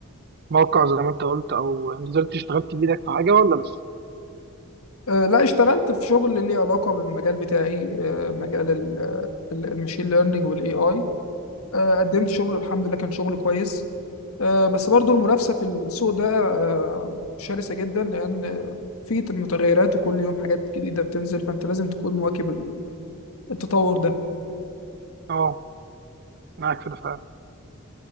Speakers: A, on the right; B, on the left.
A: موقع زي ما انت قلت او نزلت اشتغلت بايدك في حاجه ولا لسه؟
B: آه، لا اشتغلت في شغل ليه علاقة بالمجال بتاعي آه، مجال المشين ليرنينج والاي اي قدمت شغل الحمد لله كان شغل كويس آه، بس برضو المنافسة في السوق ده آه، شرسة جدا لأن في متغيرات وكل يوم حاجات جديدة بتنزل فأنت لازم تكون مواكب ال- التطور ده
A: اه معاك في ده فعلا